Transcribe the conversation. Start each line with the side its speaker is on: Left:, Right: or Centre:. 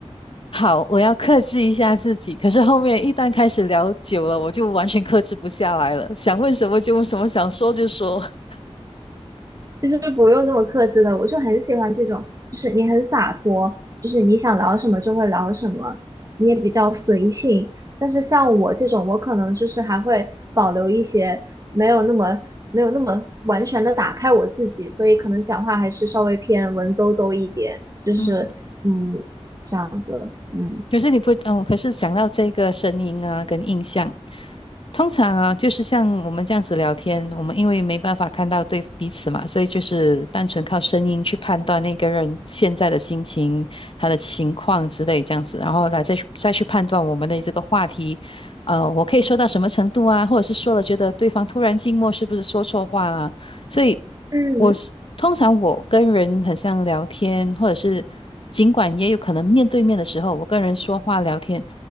Left: 好，我要克制一下自己。可是后面一旦开始聊久了，我就完全克制不下来了，想问什么就问什么，想说就说。<laughs>
Right: 其实不用这么克制的，我就很喜欢这种，就是你很洒脱，就是你想聊什么就会聊什么，你也比较随性。但是像我这种，我可能就是还会保留一些没有那么没有那么完全的打开我自己，所以可能讲话还是稍微偏文绉绉一点，就是嗯这样子，
Left: 嗯。
Right: 嗯
Left: 可是你不，嗯，可是想到这个声音啊，跟印象，通常啊，就是像我们这样子聊天，我们因为没办法看到对彼此嘛，所以就是单纯靠声音去判断那个人现在的心情、他的情况之类这样子，然后来再去再去判断我们的这个话题，呃，我可以说到什么程度啊，或者是说了觉得对方突然静默，是不是说错话啊？所以。
Right: 嗯，
Left: 我是通常我跟人很像聊天，或者是尽管也有可能面对面的时候，我跟人说话聊天，